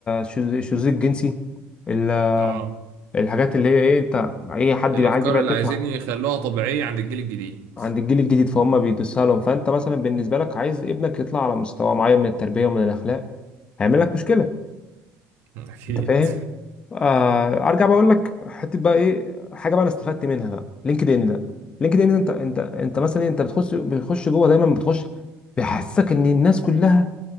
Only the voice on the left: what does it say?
شذ- الشذوذ الجنسي ال-
الحاجات اللي هي ايه انت اي حد
عايز يبقى
طفل
عند الجيل الجديد فهم بيدسها لهم فانت مثلا بالنسبه لك عايز ابنك يطلع على مستوى معين من التربيه ومن الاخلاق هيعمل لك مشكله
انت فاهم آه، ارجع بقول لك حته بقى ايه حاجه بقى انا استفدت منها بقى لينكد ان ده لينكد ان ده انت انت انت مثلا إيه، انت بتخش بتخش جوه دايما بتخش بيحسسك ان الناس كلها